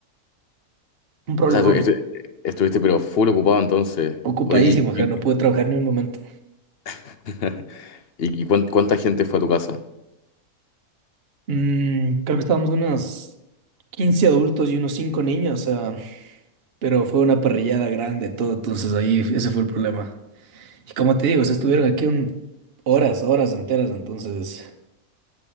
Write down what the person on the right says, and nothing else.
un problemón.
Ocupadísimo,
ajá,
no pude
trabajar ni un momento.
Mm, creo que estábamos unos 15 adultos y unos 5 niños, o sea. Pero fue una parrillada grande, todo, entonces ahí ese fue el problema. Y como te digo, se estuvieron aquí un, horas, horas enteras, entonces